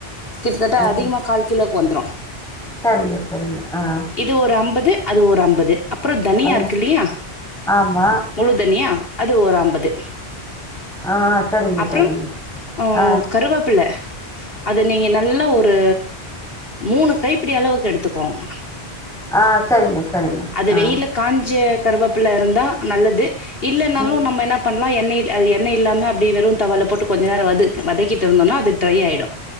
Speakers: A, on the left (about 60°); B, in the centre.
A: கிட்டத்தட்ட அதிகமா
B: ம்
A: கால் கிலோவுக்கு வந்துடு
B: சரிங்க சரிங்க ஆ
A: இது ஒரு அம்பது அது ஒரு அம்பது அப்பறோ தனியா
B: ஆ
A: இருக்கு இல்லையா
B: ஆமா
A: முழு தனியா அது ஒரு அம்பது
B: ஆ சரிங்க
A: அப்பறோ,
B: சரிங்க
A: ம்
B: ஆ
A: கருவேப்பிலை அது நீங்க நல்ல ஒரு மூணு கைப்பிடி அளவுக்கு எடுத்துக்கோங்க
B: ஆ, சரிங்க சரிங்க,
A: அது
B: ஆ,
A: வெயில்ல காஞ்ச கருவேப்பல இருந்தா நல்லது இல்லன்னாலு
B: ம்
A: நம்ம என்னாப் பண்ணலா எண்ணெய் அ எண்ணய் இல்லாம அப்டியே வெறு தவால போட்டு கொஞ்ச நேரோ வது வதக்கிட்ருந்தோனா அது ட்ரை ஆகிடு